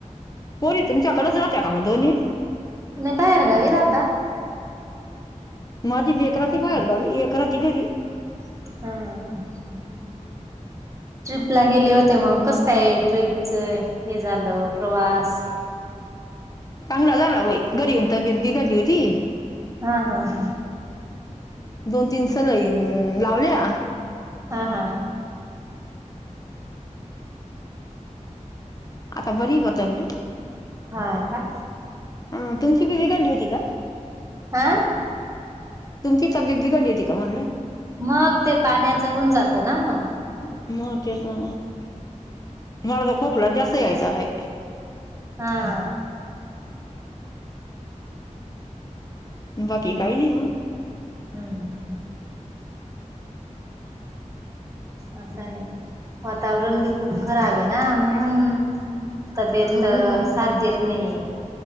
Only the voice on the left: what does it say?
पोरी तुमच्याकडेच राहत्या का मग दोन्ही?
माझी लेक राहती बाहेर गावी एक राहती घरी.
<inaudible>
चांगला झाला व्हई घरी येऊन तब्येत बिघडली होती.
दोन तीन सलाईन लावल्या.
आता बरी हो तब्येत.
हा तुमची बिघडली होती का?
तुमची तब्येत बिघडली होती का म्हणलं?
मगं तेच ना मला तर खोकला जास्त यायचा बाई.
बाकी काही नाही मग.
हम्म